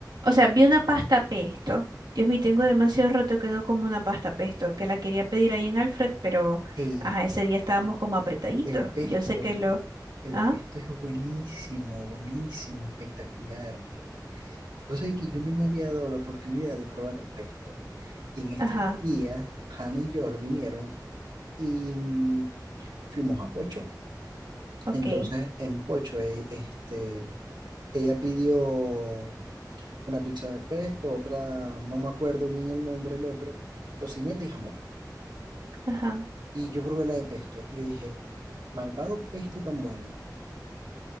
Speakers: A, on the right (about 70°); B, on the right (about 80°).
A: o sea, vi una pasta pesto. Dios mío, tengo demasiado rato que no como una pasta pesto, que la quería pedir ahí en Alfred, pero,
B: Ey,
A: ajá, ese día estábamos como apretaditos.
B: el pesto,
A: Y yo sé que lo,
B: el
A: ah,
B: pesto es buenísimo, buenísimo, espectacular. Vos sabés que yo no me había dado la oportunidad de probar el pesto. Y en
A: ajá,
B: estos días, Hannah y George vinieron y mm, fuimos a Pocho.
A: ok,
B: Entonces, en Pocho, e- este, ella pidió una pizza de pesto, otra, no me acuerdo bien el nombre, el otro, tocineta y jamón.
A: ajá.
B: Y yo probé la de pesto y yo dije, malvado pesto tan bueno.